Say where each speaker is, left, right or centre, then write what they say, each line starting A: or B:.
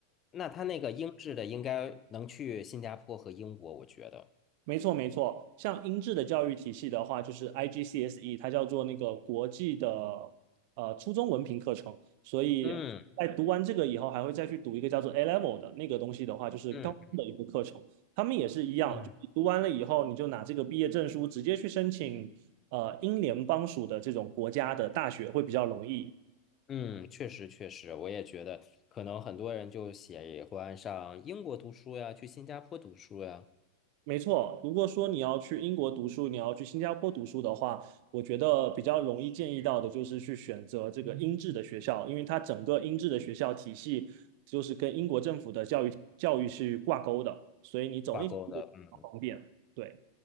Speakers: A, on the left; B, on the right.
A: 那他那个英制的应该能去新加坡和英国，我觉得，
B: 没错，没错。像英制的教育体系的话，就是 IGCSE，它叫做那个国际的呃初中文凭课程。所以在读完这个以后，
A: 嗯
B: 还会再去读一个叫做 A Level 的那个东西的话，就是高中的一个课程。
A: 嗯
B: 他们也是一样，
A: 嗯
B: 就读完了以后，你就拿这个毕业证书直接去申请呃英联邦属的这种国家的大学会比较容易。
A: 嗯，确实确实，我也觉得，可能很多人就喜欢上英国读书呀，去新加坡读书呀，
B: 没错，如果说你要去英国读书，你要去新加坡读书的话，我觉得比较容易建议到的就是去选择这个英制的学校，因为它整个英制的学校体系就是跟英国政府的教育教育是挂钩的，所以你走那条路比较方便，
A: 挂钩的，嗯，
B: 对，